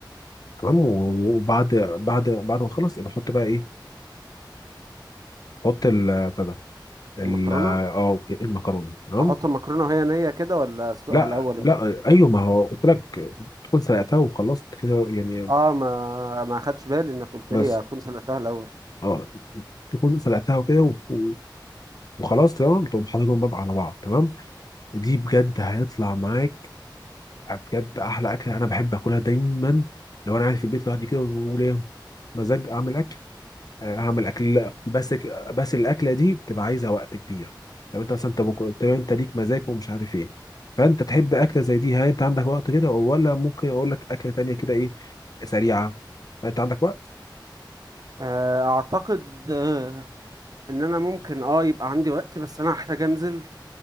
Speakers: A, on the left; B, on the right.
A: تمام وبعد بعد بعد ما تخلص يبقى حط بقى ايه حط ال بتاع ده ال
B: المكرونة
A: اه المكرونه تمام
B: أحط المكرونة وهي نية كده ولا أسلقها
A: لا
B: الأول
A: لا
B: ولا
A: ايوه ما هو قلت لك تكون سلقتها وخلصت كده يعني
B: آه ما ما أخدش بالي إنك قلت
A: بس
B: لي أكون سلقتها الأول
A: اه تكون سلقتها وكده و- و- وخلاص تمام تقوم حاططهم بقى على بعض تمام دي بجد هيطلع معاك بجد احلى اكله انا بحب اكلها دايما لو انا قاعد في البيت لوحدي كده وليا مزاج اعمل اكل آه، هعمل اكل لا، بس ك- بس الاكله دي بتبقى عايزه وقت كبير لو انت مثلا انت بك- طب انت ليك مزاج ومش عارف ايه فانت تحب اكله زي دي هل انت عندك وقت كده ولا ممكن اقول لك اكله تانية كده ايه سريعه انت عندك وقت
B: آه أعتقد آه إن أنا ممكن آه يبقى عندي وقت بس أنا هحتاج أنزل